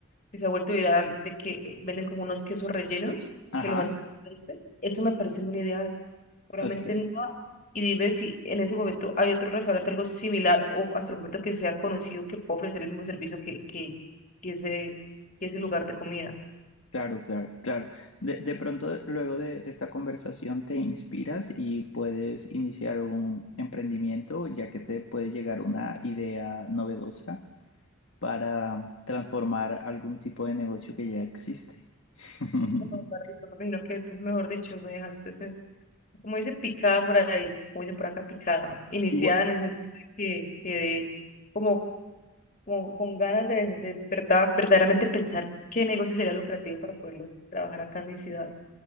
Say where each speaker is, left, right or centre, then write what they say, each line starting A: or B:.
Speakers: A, on the left; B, on the left.
A: que se ha vuelto viral, de que eh, venden como unos quesos rellenos,
B: Ajá,
A: que los hacen, frito. eso me parece una idea, seguramente
B: ok.
A: no, y dime si en ese momento hay otro restaurante, algo similar, o hasta el momento que sea conocido, que pueda ofrecer el mismo servicio que, que, que ese, que ese lugar de comida.
B: Claro, claro, claro. De, de pronto, luego de esta conversación, te inspiras y puedes iniciar un emprendimiento, ya que te puede llegar una idea novedosa para transformar algún tipo de negocio que ya existe. <laughs>
A: No, Barbie, me imagino que tú, mejor dicho, me dejaste, es- como dice, picada por ahí, como dicen por acá, picada, iniciada
B: Igual,
A: en el sentido de que quedé como, como con ganas de, de verdad- verdaderamente pensar qué negocio sería lucrativo para poderlo trabajar acá en mi ciudad.